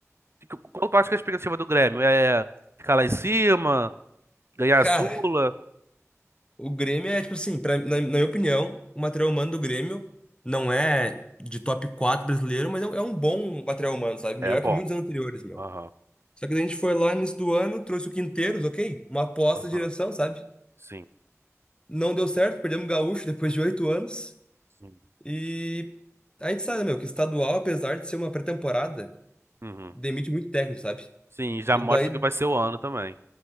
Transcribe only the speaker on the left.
Cara,
o Grêmio é, tipo assim, pra, na, na minha opinião, o material humano do Grêmio não é de top 4 brasileiro, mas é, um é um bom material humano, sabe?
Melhor
que muitos anos anteriores, meu.
Só que daí a gente foi lá no início do ano, trouxe o Quinteiros, ok? Uma aposta
de direção, sabe?
Não deu certo, perdemos o Gaúcho depois de oito anos.
E a gente sabe, né, meu, que estadual, apesar de ser uma pré-temporada,
demite muito técnico, sabe?
E
daí,